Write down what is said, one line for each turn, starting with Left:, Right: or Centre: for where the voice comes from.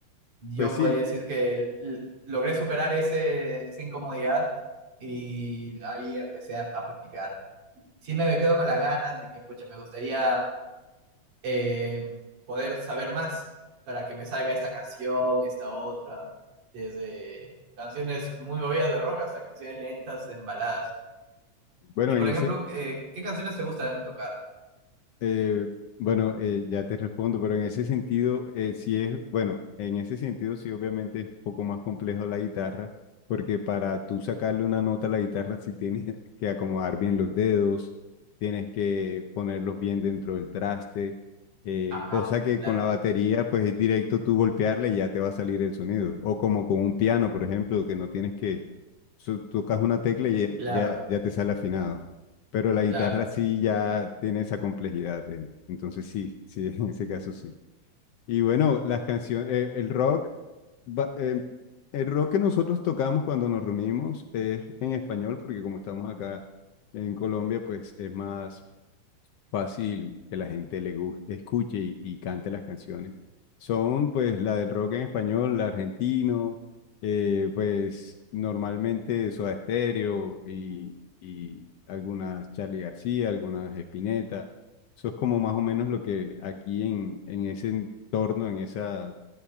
Right: yo
Left: Pues sí,
Right: podría decir que l- l- logré superar ese, esa incomodidad y ahí empecé a, a practicar. Sí me quedo con las ganas de que, pucha, me gustaría eh, poder saber más para que me salga esta canción, esta otra, desde canciones muy movidas de rock hasta canciones lentas, en baladas.
Left: bueno,
Right: Y por
Left: en ese,
Right: ejemplo, eh, ¿qué canciones te gustan tocar?
Left: Eh, bueno, eh, ya te respondo, pero en ese sentido, eh, sí es, bueno, en ese sentido sí obviamente es un poco más complejo la guitarra, porque para tú sacarle una nota a la guitarra sí tienes <laughs> que acomodar bien los dedos, tienes que ponerlos bien dentro del traste, eh,
Right: Ajá,
Left: cosa que
Right: claro,
Left: con la batería pues es directo tú golpearla y ya te va a salir el sonido, o como con un piano, por ejemplo, que no tienes que, so- tocas una tecla y
Right: claro,
Left: ya, ya ya te sale afinado pero la guitarra
Right: claro.
Left: sí ya tiene esa complejidad. eh, Entonces sí, sí, <laughs> en ese caso sí. Y bueno, las canciones, eh, el rock, va- eh, el rock que nosotros tocamos cuando nos reunimos es en español, porque como estamos acá en Colombia, pues es más fácil que la gente le guste, escuche y, y cante las canciones. Son pues la del rock en español, la argentino, eh, pues normalmente Soda Stereo y, y algunas Charly García, algunas Spinetta. Eso es como más o menos lo que aquí en, en ese entorno, en esa,